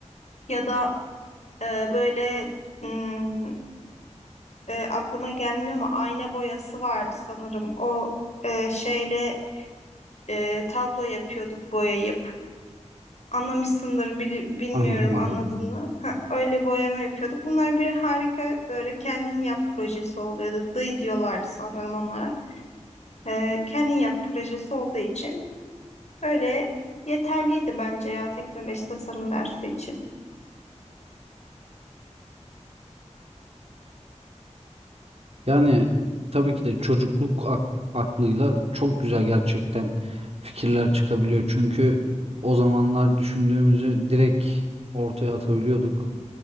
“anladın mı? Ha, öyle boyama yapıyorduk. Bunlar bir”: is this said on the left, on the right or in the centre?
Left